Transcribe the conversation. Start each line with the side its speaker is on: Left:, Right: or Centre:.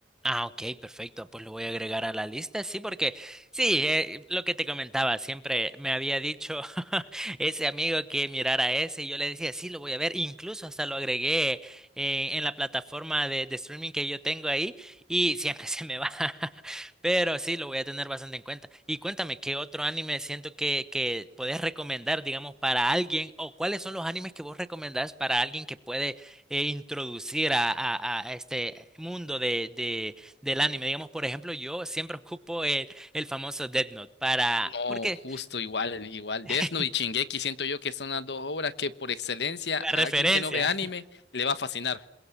Centre: Ah, ok, perfecto. Pues lo voy a agregar a la lista. Sí, porque sí, eh, lo que te comentaba, siempre me había dicho <laughs> ese amigo que mirara ese y yo le decía, sí, lo voy a ver. Incluso hasta lo agregué eh, en la plataforma de, de streaming que yo tengo ahí y siempre <laughs> se me va. Pero sí, lo voy a tener bastante en cuenta. Y cuéntame, ¿qué otro anime siento que, que podés recomendar, digamos, para alguien o cuáles son los animes que vos recomendás para alguien que puede eh, introducir a, a, a este mundo de, de del anime. Digamos, por ejemplo, yo siempre ocupo el, el famoso Death Note para...
Left: No,
Centre: ¿Por qué?
Left: justo igual, igual.
Centre: <laughs>
Left: Death Note y Shingeki siento yo que son las dos obras que por excelencia
Centre: La
Left: a
Centre: referencia.
Left: alguien que no ve anime le va a fascinar.